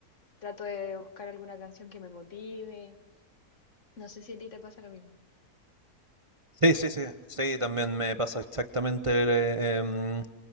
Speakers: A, on the left; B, on the right.
A: trato de buscar alguna canción que me motive. No sé si a ti te pasa lo mismo.
B: Sí, sí, sí. Sí, también me pasa exactamente eh, em,